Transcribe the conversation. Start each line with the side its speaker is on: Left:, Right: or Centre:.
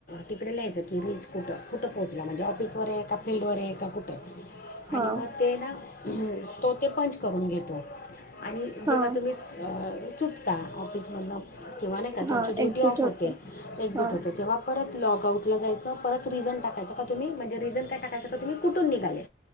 Left: तिकडे लिहायचं की रीच कुठं कुठं पोचला म्हणजे ऑफिसवर आहे का फिल्डवर आहे का कुठे आहे
Right: हां
Left: आणि मग ते ना तो ते पंच करून घेतो आणि
Right: हां
Left: जेव्हा तुम्ही स सुटता ऑफिसमधन किंवा नाही का
Right: हां
Left: तुमची ड्युटी
Right: एक्झिट
Left: ऑफ होते एक्झिट
Right: हां
Left: होत तेव्हा परत लॉग आउटला जायचं परत रिझन टाकायचं का तुम्ही म्हणजे रिझन काय टाकायं का तुम्ही कुठून निघाले